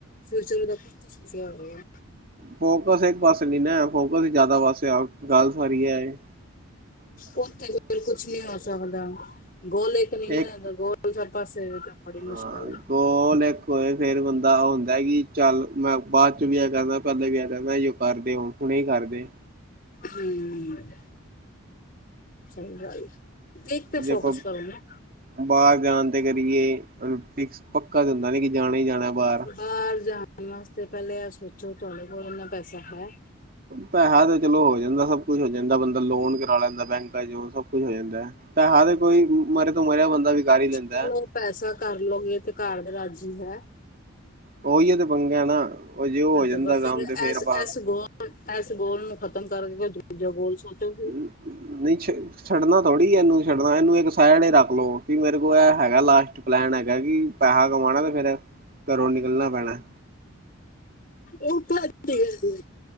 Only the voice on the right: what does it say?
ਫੋਕਸ ਇੱਕ ਪਾਸੇ ਨੀ ਨਾ ਫੋਕਸ ਜ਼ਿਆਦਾ ਪਾਸੇ ਗੱਲ ਸਾਰੀ ਐ ਏ।
ਇੱਕ
ਹਾਂ
ਗੋਲ ਇੱਕ ਹੋਏ ਫ਼ੇਰ ਬੰਦਾ ਹੁੰਦਾ ਕਿ ਚੱਲ ਮੈਂ ਬਾਅਦ ਚ ਵੀ ਇਹ ਕਰਨਾ ਪਹਿਲੇ ਵੀ ਆ ਕਰਨਾ। ਕਰਦੇ ਓ ਹੁਣੇ ਕਰਦੇ।
ਜੇ
ਆਪਾਂ
ਬਾਹਰ ਜਾਣ ਤੇ ਕਰੀਏ ਫਿਕ ਪੱਕਾ ਤੇ ਹੁੰਦਾ ਨੀ ਕਿ ਜਾਣਾ ਹੀ ਜਾਣਾ ਬਾਹਰ।
ਪੈਹਾ ਤਾਂ ਚਲੋ ਹੋ ਜਾਂਦਾ ਸਭ ਕੁੱਛ ਹੋ ਜਾਂਦਾ ਬੰਦਾ ਲੋਨ ਕਰਾ ਲੈਂਦਾ ਬੈਂਕਾਂ ਚ ਸਭ ਕੁੱਝ ਹੋ ਜਾਂਦਾ, ਪੈਹਾ ਤੇ ਕੋਈ ਮਰੇ ਤੋਂ ਮਰਿਆ ਬੰਦਾ ਵੀ ਕਰ ਈ ਲੈਂਦਾ।
ਓਹੀਓ ਤੇ ਪੰਗਾ ਐ ਨਾ। ਉਹ ਜੇ ਉਹ
ਹੋ ਜਾਂਦਾ
ਕੰਮ
ਤੇ ਫੇਰ
ਆਪਾਂ
<unintelligible> ਛੱਡਣਾ ਥੋੜ੍ਹੀ ਇਹਨੂੰ, ਛੱਡਣਾ ਇਹਨੂੰ ਇੱਕ ਸਾਈਡ ਰੱਖ ਲਓ ਕਿ ਮੇਰੇ ਕੋਲ ਇਹ ਹੈਗਾ ਲਾਸਟ ਪਲੈਨ ਹੈਗਾ ਕਿ ਪੈਹਾ ਕਮਾਉਣਾ ਤੇ ਫੇਰ ਘਰੋਂ ਨਿਕਲਣਾ ਪੈਣਾ।